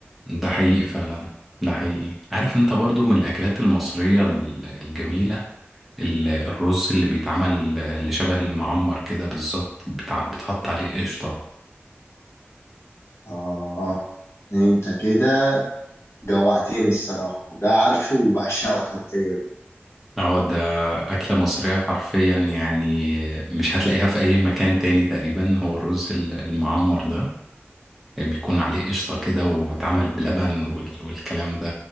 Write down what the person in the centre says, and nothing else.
ده حقيقي فعلا ده حقيقي عارف انت برضو من الاكلات المصرية ال- الجميلة ال- الرز اللي بيتعمل اللي شبه المعمر كده بالظبط بتاع- بتحط عليه قشطة
اه ده أكلة مصرية حرفيا يعني مش هتلاقيها في أي مكان تاني تقريبا هو الرز ال- المعمر ده بيكون عليه قشطة كده واتعمل بلبن وال- والكلام ده